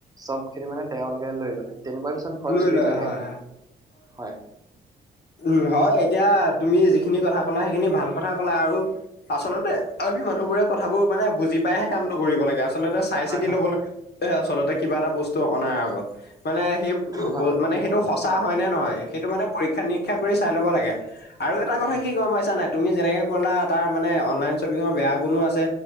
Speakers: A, on the right (about 15°); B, on the left (about 50°).
A: চবখিনি মানে তেওঁলোকে লৈ লয়। তেনেকুৱা কিমান ফ্ৰোড
B: লৈ
A: চলি
B: লয়
A: থাকে।
B: হয় হয়
A: হয়।
B: উম, হয়। এতিয়া তুমি যিখিনি কথা ক'লা, সেইখিনি ভাল কথা ক'লা। আৰু আচলতে আমি মানুহবোৰে কথাবোৰ মানে বুজি পাইহে কামটো কৰিব লাগে। আ চলতে
A: হয়
B: চাই-চিতি
A: হয়
B: লব লাগে, এ আচলতে কিবা এটা বস্তু অনাৰ আগত। মানে সেই
A: হয়
B: বো- মানে সেইটো সঁচা হয় নে নহয়, সেইটো মানে পৰীক্ষা-নি ক্ষা কৰি চাই ল'ব লাগে। আৰু এটা
A: হয়
B: কথা
A: হয়
B: কি গম পাইছা নাই? তুমি যেনেকে ক'লা, তাৰ মানে অনলাইন শ্বপিঙৰ বেয়া গুণো আছে।